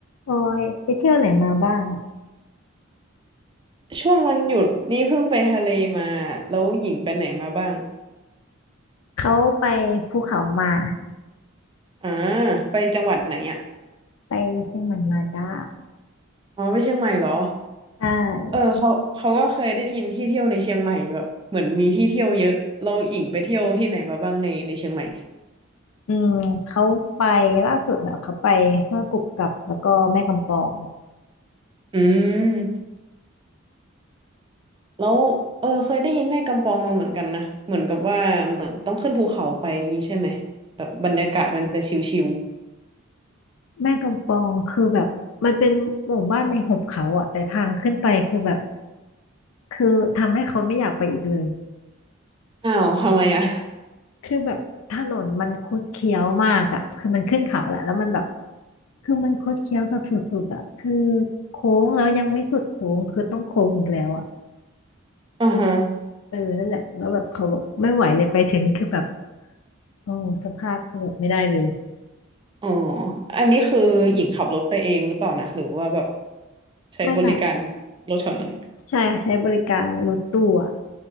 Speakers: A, on the left; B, on the right.
A: โอ้ยไปเที่ยวไหนมาบ้างอะ
B: ช่วงวันหยุดนี่เพิ่งไปทะเลมาแล้วหญิงไปไหนมาบ้าง
A: เขาไปภูเขามา
B: อ่าไปจังหวัดไหนอ่ะ
A: ไปเชียงใหม่มาจ้า
B: อ๋อไปเชียงใหม่เหรอ
A: ใช่
B: เออเขาเขาก็เคยได้ยินที่เที่ยวในเชียงใหม่แบบเหมือนมีที่เที่ยวเยอะเราหญิงไปเที่ยวที่ไหนมาบ้างในในเชียงใหม่
A: อืมเขาไปล่าสุดเนอะเขาไปแม่กุบกับแล้วก็แม่กำปอง
B: อืมแล้วเออเคยได้ยินแม่กำปองมาเหมือนกันนะเหมือนกับว่าเหมือนต้องขึ้นภูเขาไปอย่างนี้ใช่ไหมแบบบรรยากาศมันจะชิว
A: แม่กำปองคือแบบมันเป็นหมู่บ้านในหุบเขาอะแต่ทางขึ้นไปคือแบบคือทำให้เขาไม่อยากไปอีกเลย
B: ๆอ้าวทำไมอ่ะ
A: คือแบบถนนมันคดเคี้ยวมากอะคือมันขึ้นเขาแหละแล้วมันแบบคือมันคดเคี้ยวแบบสุดๆอะคือโค้งแล้วยังไม่สุดโค้งคือต้องโค้งอีกแล้วอะ
B: อ่าฮะ
A: เออนั่นแหละแล้วแบบเขาบอกไม่ไหวเลยไปถึงคือแบบโอ้สภาพคือแบบไม่ได้เลย
B: อ๋ออันนี้คือหญิงขับรถไปเองหรือเปล่านะหรือว่าแบบใช้บริการ
A: ไม่ไม่
B: รถแถวนั้น
A: ใช่ค่ะใช้บริการรถตู้อะ